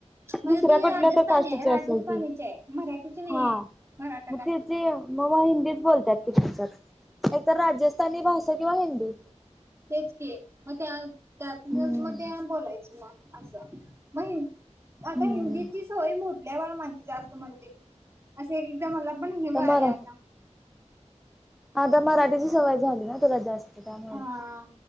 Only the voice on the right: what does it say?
म्हणजे
ती
राजस्थानी
आहे. राजस्थानीची
आहे. मराठीची नाही
आहे. मराठा कास्टची.
तेच की, मग त्या त्यातूनच
मग ते बोलायचं मग असं मग हि आता
हिंदीची सवय मोडल्यावर माझी जास्त म्हणते असे एकदा मला पण हे व्हायले
आता
हा,